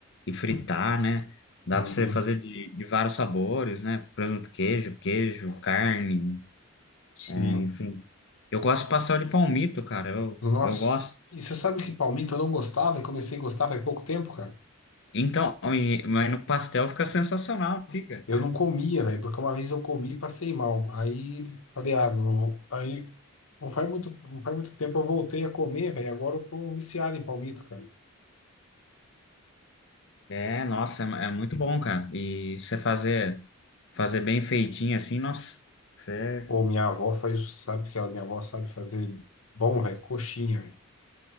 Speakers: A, on the left; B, on the left.
A: e fritar, né? Dá
B: Uhum,
A: para você fazer de, de vários sabores, né? Presunto, queijo, queijo, carne,
B: sim.
A: é, enfim. Eu gosto de pastel de palmito, cara. Eu,
B: Nossa,
A: eu gosto.
B: e você sabe que palmito eu não gostava e comecei a gostar faz pouco tempo, cara?
A: Então, e- mas no pastel fica sensacional, fica.
B: Eu não comia, velho, porque uma vez eu comi e passei mal. Aí falei, ah, não, aí não faz muito, não faz muito tempo eu voltei a comer, velho. Agora eu tô viciado em palmito, cara.
A: É, nossa, é, é muito bom, cara. E você fazer, fazer bem feitinho assim, nossa. Você...
B: Pô, minha avó faz, sabe que ela, minha avó sabe fazer bom, velho, coxinha, velho.